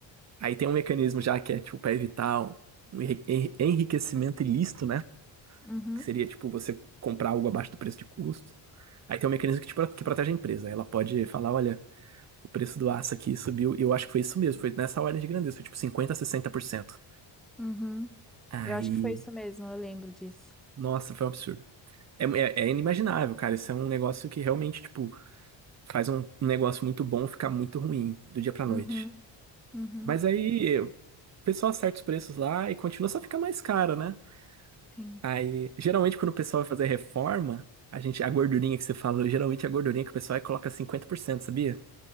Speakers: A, on the right; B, in the centre.
A: aí tem um mecanismo já que é, tipo, para evitar um enri- enriquecimento ilícito, né?
B: Uhum,
A: Que seria, tipo, você comprar algo abaixo do preço de custo. Aí tem um mecanismo que, te pro- que protege a empresa. Ela pode falar, olha, o preço do aço aqui subiu. E eu acho que foi isso mesmo, foi nessa ordem de grandeza, foi tipo 50 a 60%.
B: uhum.
A: Aí,
B: Eu acho que foi isso mesmo, eu lembro disso.
A: nossa, foi um absurdo. É, é- é inimaginável, cara. Isso é um negócio que realmente, tipo, faz um, um negócio muito bom ficar muito ruim do dia pra noite.
B: Uhum, uhum,
A: Mas aí o pessoal acerta os preços lá e continua, só fica mais caro, né?
B: sim.
A: Aí, geralmente, quando o pessoal vai fazer reforma, a gente, a gordurinha que você falou, geralmente é a gordurinha que o pessoal aí coloca 50%, sabia?